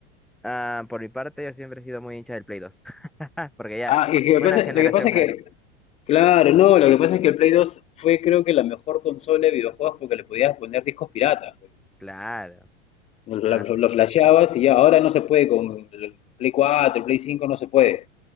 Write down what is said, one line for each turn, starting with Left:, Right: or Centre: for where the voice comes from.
Centre: Ah, por mi parte, yo siempre he sido muy hincha del Play dos <laughs> Porque ya,
Left: Ah, y lo
Centre: una
Left: que pasa,
Centre: generación
Left: lo que pasa es
Centre: más.
Left: que, claro, no, lo que pasa es que el Play dos fue creo que la mejor consola de videojuegos porque le podías poner discos piratas, pues.
Centre: Claro.
Left: Lo, lo
Centre: Ibas,
Left: lo flasheabas y ya, ahora no se puede con el Play cuatro, el Play cinco no se puede,